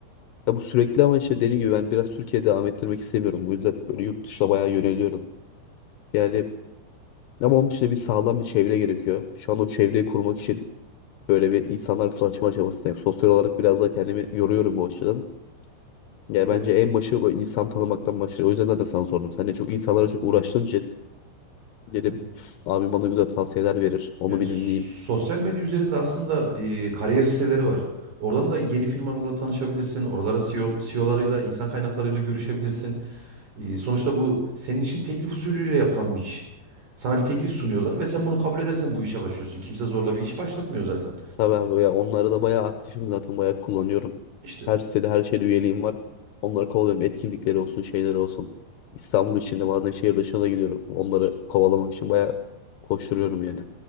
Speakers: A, on the left (about 75°); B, on the right (about 65°).
A: Ya bu sürekli ama işte dediğim gibi ben biraz Türkiye'ye devam ettirmek istemiyorum. Bu yüzden böyle yurt dışına bayağı yöneliyorum. Yani ama onun için de bir sağlam bir çevre gerekiyor. Şu an o çevreyi kurmak için böyle bir insanlarla tanışma aşamasındayım. Sosyal olarak biraz daha kendimi yoruyorum bu açıdan. Yani
B: Ya-
A: bence en başı böyle insan tanımaktan başlıyor. O yüzden zaten sana sordum. Sen de çok insanlara çok uğraştığın için dedim
B: Evet.
A: abim bana güzel tavsiyeler verir. Onu
B: Yani
A: bir
B: sosyal
A: dinleyeyim.
B: medya üzerinde aslında e, kariyer siteleri var. Oradan da yeni firmalarla tanışabilirsin. Oraların CEO, CEO'larıyla, insan kaynaklarıyla görüşebilirsin. E, sonuçta bu senin için teklif usulüyle yapılan bir iş. Sana bir teklif sunuyorlar ve sen bunu kabul edersen bu işe başlıyorsun. Kimse zorla bir iş başlatmıyor zaten.
A: Tabii abi ya onları da bayağı aktifim zaten bayağı kullanıyorum.
B: İşte
A: Her sitede her şeyde üyeliğim var. Onları kovalıyorum. Etkinlikleri olsun şeyleri olsun. İstanbul içinde bazen şehir dışına da gidiyorum. Onları kovalamak için bayağı koşturuyorum yani.